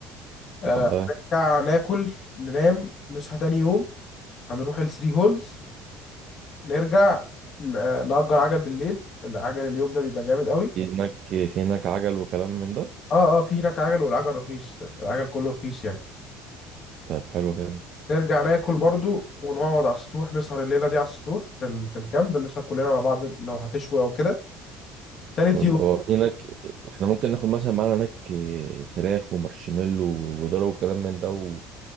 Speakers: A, on the left (about 50°); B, on the right (about 55°).
A: آه،
B: وبعدها
A: نرجع ناكل ننام نصحى تاني يوم هنروح الثري هولز نرجع ن- آه، نأجر عجل بالليل العجل اليوم ده بيبقى جامد قوي
B: في هناك في هناك عجل وكلام من ده
A: اه اه في هناك عجل والعجل رخيص العجل كله رخيص يعني
B: طيب حلو جامد
A: نرجع ناكل برضو ونقعد على السطوح نسهر الليلة دي على السطوح في, ال... في الكامب نسهر كلنا مع بعض لو هتشوي أو كده تالت
B: فل
A: يوم
B: هو هناك احنا ممكن ناخد مثلا معانا هناك آه، فراخ ومارشميلو وذره وكلام من ده و...